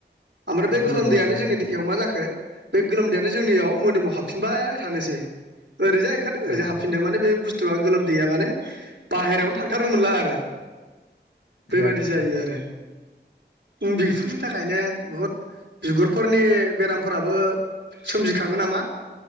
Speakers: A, on the right; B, on the left.
A: ओमफ्राय बे
B: गोलोमबाय
A: गोलोमदैयानो
B: थायो
A: जोंनि देहायाव मा जाखो बे गोलोमदैयानो जोंनियाव मोदोमाव हाबफिनबाय थानोसै ओरैजाय ओंखारदों ओरैजाय
B: औ
A: हाबफिनदों माने बे बुस्थु बुस्थुआ गोलोमदैया माने बाहेरायावनो थांथारनो मोनला आरो बेबायदि
B: गैया गैया
A: जायो आरो ओम बेफोरनो बिनि थाखायनो बुहुद बिगुरफोरनि बेरामफोराबो सोमजिखाङो नामा